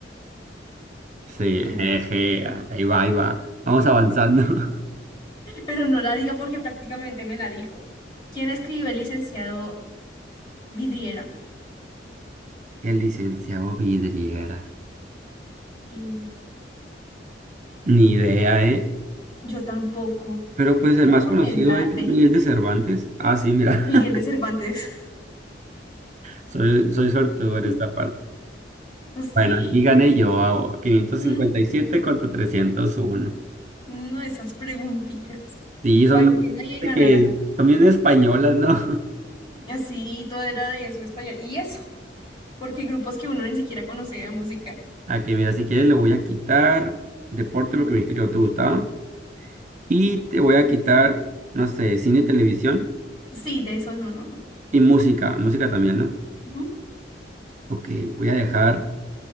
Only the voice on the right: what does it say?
Sí,
jeje,
ahí va, ahí va. Vamos avanzando. <laughs>
El licenciado Vidriera.
Ni idea, ¿eh?
Pero pues el
más
conocido
es
Miguel de Cervantes. Ah, sí, mira,
<laughs>
soy, soy suertudo en
esta parte.
Bueno, aquí gané yo, ah, 557
contra 301.
Sí, son,
que son bien españolas, ¿no?
<laughs> Aquí, mira, si quieres le voy a quitar deporte
porque me dijiste que no te gustaba. Y te voy a quitar, no sé, cine y televisión.
Y música, música también, ¿no?
Ok, voy a dejar.